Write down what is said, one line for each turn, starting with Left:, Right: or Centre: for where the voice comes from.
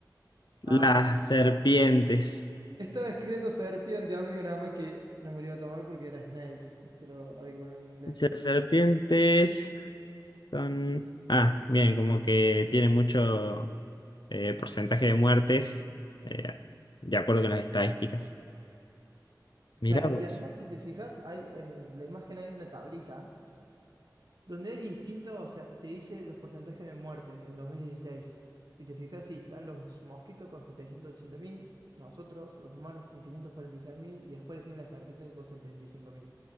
Left: Las
Right: Ah,
Left: serpientes.
Right: estaba escribiendo serpiente, amigo, nada más que no me lo iba a tomar porque era snakes, te lo había que poner en inglés.
Left: Las serpientes son... Ah, bien, como que tienen mucho eh, porcentaje de muertes, eh, de acuerdo con las estadísticas. Mirá
Right: Claro,
Left: vos.
Right: y además si te fijas, hay en la imagen hay una tablita donde hay distintos, o sea, te dice los porcentajes de muerte en 2016. Si te fijas, sí, están los mosquitos con 780.000, nosotros, los humanos, con quinientos cuarenta y seis mil y después le siguen las serpientes con 75.000.